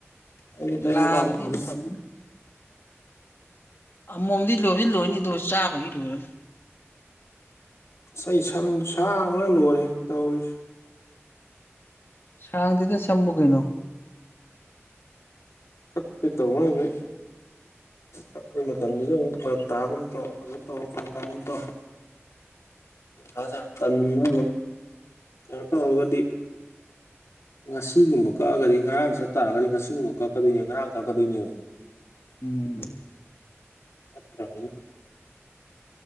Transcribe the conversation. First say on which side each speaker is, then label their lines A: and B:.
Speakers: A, on the left (about 85°); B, on the left (about 55°).
A: ꯑꯩꯗꯤ ꯇꯔꯦꯠ
B: ꯂꯥꯕꯗꯤ
A: ꯅꯤꯄꯥꯜꯃꯨꯛ ꯊꯝꯃꯤ
B: ꯀꯃ ꯃꯣꯝꯗꯤ ꯂꯣꯏꯗꯤ ꯂꯣꯏꯅꯤ ꯑꯗꯨꯗ ꯆꯥꯕꯒꯤ ꯂꯣꯏꯔꯅꯤ
A: ꯑꯁ ꯑꯩ ꯁꯝ ꯁꯥꯡꯕꯅ ꯂꯣꯏꯔꯦ ꯇꯧꯔꯤꯁꯦ
B: ꯁꯥꯡꯗꯤꯗ ꯁꯃꯨ ꯀꯩꯅꯣ
A: ꯀꯄꯤ ꯇ ꯎꯦ ꯑꯩꯈꯣꯏ ꯃꯇꯝꯗꯨꯁꯨ ꯑꯃꯨꯛ ꯐꯔꯛ ꯇꯥꯒꯨꯝ ꯇꯧ ꯐꯖ ꯇꯧ ꯐꯔꯛ ꯇꯥꯒꯨꯝ ꯇꯧ ꯑ ꯇꯟꯅ ꯀꯩꯅꯛꯇ ꯍꯒꯗꯤ ꯉꯁꯤꯒꯨꯝꯕ ꯀꯛꯑꯒꯗꯤ ꯉꯔꯥꯡ ꯆꯠ ꯇꯥꯔꯒꯗꯤ ꯉꯁꯤꯒꯨꯝꯕ ꯀꯛꯀꯗꯣꯏꯅꯦ ꯉꯔꯥꯡ ꯀꯛꯀꯗꯣꯏꯅꯦꯕ
B: ꯎꯝ
A: ꯆꯠꯇ ꯍꯥꯏꯅ